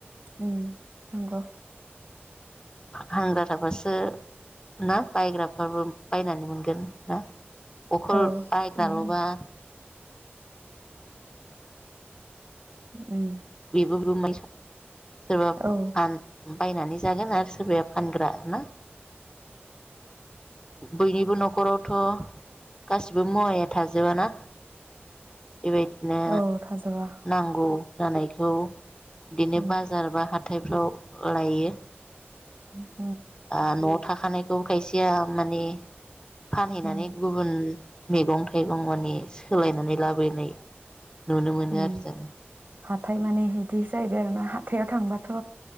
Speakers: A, on the right; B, on the left.
A: उम नंगौ
B: हांगार थाबासो ना बायग्राफ्राबो बायनानै मोनगोन ना अखल
A: औ
B: बायग्राल'बा
A: उम उम
B: बिबो बिमोन सोरबा
A: औ
B: फान बायनानै जागोन आरो सोरबाया फानग्रा ना बयनिबो न'खरावथ' गासिबो मुवाया' थाजोबाना बेबायदिनो
A: औ थाजोबा
B: नंगौ जानायखौ बिदिनो
A: उम,
B: बाजार बा हाथ हाथायफ्राव लायो।
A: उम
B: आलु थाखानायखौ खायसेया माने फानहैनानै
A: उम,
B: गुबुन मैगं थाइगं माने सोलायनानै लाबोनाय नुनो मोनो
A: उ
B: आरो जों
A: हाथाय माने बिदि जाहैबाय आरो ना हाथायाव थांबाथ'